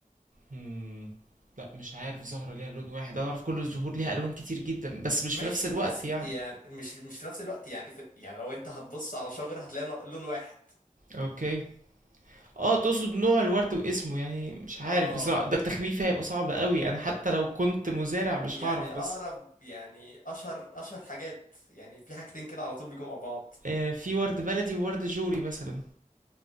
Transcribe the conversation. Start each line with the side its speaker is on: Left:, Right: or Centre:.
Right: هم، لا مش عارف زهرة ليها لون واحد انا اعرف كل الزهور ليها الوان كتير جدا بس مش
Left: ماشي
Right: في نفس الوقت
Left: بس
Right: يعني
Left: يعني مش مش في نفس الوقت يعني في... يعني لو انت هتبص على شجر هتلاقي نوع- لون واحد
Right: اوكي اه تقصد نوع الورد واسمه يعني مش عارف
Left: اه
Right: بصراحة ده التخمين فيها هيبقى صعب قوي انا حتى لو كنت مزارع مش
Left: يعني
Right: هعرف
Left: اقرب
Right: بس
Left: يعني اشهر اشهر حاجات يعني في حاجتين كده على طول بيجوا مع بعض
Right: آه في ورد بلدي وورد جوري مثلا